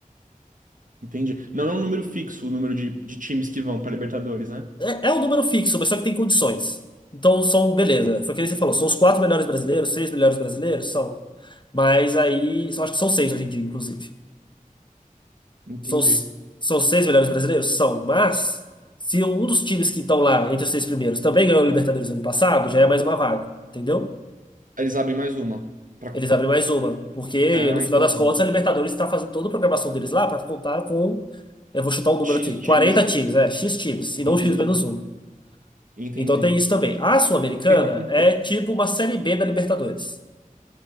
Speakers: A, on the right (about 65°); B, on the left (about 35°).
A: entendi. Não é um número fixo o número de, de times que vão para Libertadores, né?
B: É, é um número fixo, mas só que tem condições. Então, são, beleza, foi o que você falou, são os quatro melhores brasileiros, seis melhores brasileiros, são. Mas aí, eu acho que são seis hoje em dia, inclusive.
A: Entendi.
B: São, s- são seis melhores brasileiros? São, mas se um dos times que estão lá entre os seis primeiros também ganhou a Libertadores ano passado, já é mais uma vaga, entendeu?
A: Aí Eles abrem mais uma. pra com-
B: Eles abrem mais uma, porque
A: Ah,
B: no final
A: entendi.
B: das contas a Libertadores está fazendo toda a programação deles lá para contar com, eu vou chutar um número
A: X
B: aqui, 40
A: times.
B: times, é, X times, e não
A: Entendi,
B: X menos um.
A: entendi.
B: Então tem isso também. A Sul-Americana
A: Tem uma compen-
B: é tipo uma Série B da Libertadores.